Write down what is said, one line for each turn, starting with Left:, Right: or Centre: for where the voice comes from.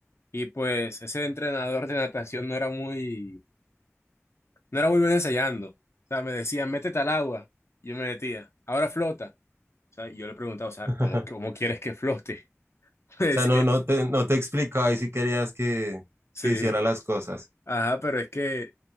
Left: Y pues ese entrenador de natación no era muy, no era muy bueno enseñando. O sea, me decía, métete al agua. Yo me metía, ahora flota. O sea, y yo le preguntaba, o sea,
Right: <laughs>
Left: ¿cómo, cómo quieres que flote? <laughs> Me decía,
Right: O sea, no, no te, no te explicaba y si querías que,
Left: sí.
Right: que hiciera las cosas.
Left: Ajá, pero es que